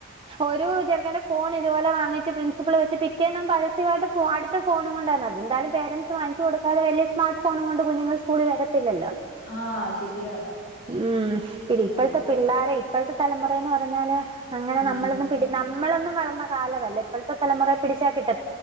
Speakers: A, on the right; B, on the left.
A: ഒരു ചെറക്കന്റെ ഫോൺ ഇതുപോലെ വാങ്ങിച്ച് പ്രിൻസിപ്പൾ വെച്ച് പിറ്റേന്നു പരസ്യയിട്ട് അടുത്ത ഫോ <unintelligible> ന്താലും പരൻസ് വാങ്ങിച്ചു കൊടുക്കാതെ വല്യ സ്മാർട്ട് ഫോൺ കൊണ്ട് കുഞ്ഞുങ്ങൾ സ്കൂളിൽ വരത്തില്ലോ
B: ആ ശരിയാ
A: ഉം പി ഇപ്പോഴത്തെ
B: അയ്യോ
A: പിള്ളേരെ ഇപ്പോഴത്തെ തലമുറന്ന് പറഞ്ഞാല് അങ്ങനെ
B: ഉം
A: നമ്മളൊന്നും പിട നമ്മളൊന്നും വളർന്ന കാലവല്ല ഇപ്പോഴത്തെലമുറെ പിടിച്ചൽ കിട്ട